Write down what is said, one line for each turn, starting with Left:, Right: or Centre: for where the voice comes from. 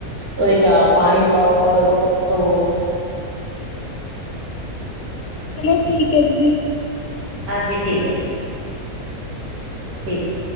Right: ਉਹਦੇ ਚ ਆ ਪਾਣੀ ਪਾਓ, ਪਰੋ, ਤੋਂਔ
Left: ਚਲੋ, ਠੀਕ ਹੈ ਦੀਦੀ।
Right: ਹਾਂਜੀ, ਠੀਕ ਹੈ ਜੀ। ਠੀਕ ਹੈ।